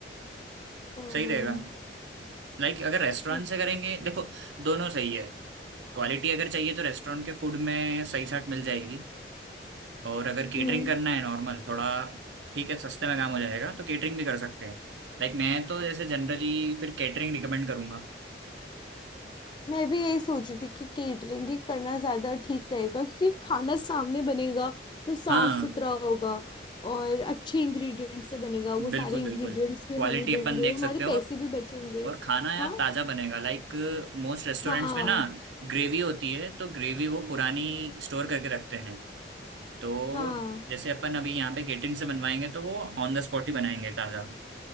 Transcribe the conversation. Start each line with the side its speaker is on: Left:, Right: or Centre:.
Left: अम्म,
Right: सही रहेगा लाइक अगर रेस्टोरेंट
Left: अ-
Right: से करेंगे देखो दोनों सही है क्वालिटी अगर चाहिए तो रेस्टोरेंट के फूड में सही साट मिल जाएगी और अगर केटरिंग
Left: हम्म
Right: करना है नॉर्मल थोड़ा ठीक है सस्ते में काम हो जाएगा तो केटरिंग भी कर सकते हैं लाइक मैं तो जैसे जनरली फिर कैटरिंग रिकमेंड करूंगा
Left: मैं भी यही सोच रही थी कि केटरिंग ही करना ज्यादा ठीक रहेगा क्योंकि खाना सामने बनेगा तो साफ
Right: हाँ
Left: सुथरा होगा और अच्छे इंग्रेडिएंट से बनेगा वो
Right: बिल्कुल
Left: सारे इंग्रेडिएंट्स
Right: बिल्कुल
Left: भी
Right: क्वालिटी
Left: हम ही देंगे
Right: अपन देख
Left: हमारे
Right: सकते हो
Left: पैसे भी बचेंगे
Right: और खाना यार
Left: हाँ
Right: ताजा बनेगा लाइक मोस्ट रेस्टोरेंट्स
Left: हाँ
Right: में ना ग्रेवी होती है तो ग्रेवी वो पुरानी स्टोर करके रखते हैं तो
Left: हाँ
Right: जैसे अपन अभी यहाँ पे केटरिंग से बनवाएंगे तो वो ऑन द स्पॉट ही बनाएंगे ताजा